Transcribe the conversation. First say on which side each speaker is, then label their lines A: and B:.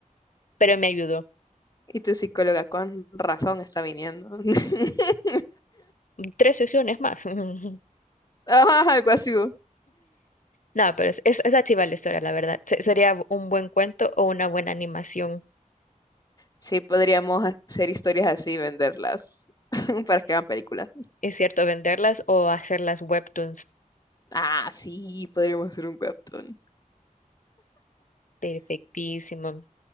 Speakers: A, on the left; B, on the left.
A: pero me ayudó.
B: Y tu psicóloga con razón está viniendo. <laughs>
A: <laughs> Tres sesiones más. <laughs>
B: Ah, algo así. ¿no?
A: No, pero es, es, es chiva la historia, la verdad. Se- sería un buen cuento o una buena animación
B: Sí, podríamos hacer historias así y venderlas <laughs> para que hagan películas.
A: Es cierto, venderlas o hacerlas webtoons.
B: Ah, sí, podríamos hacer un webtoon.
A: Perfectísimo.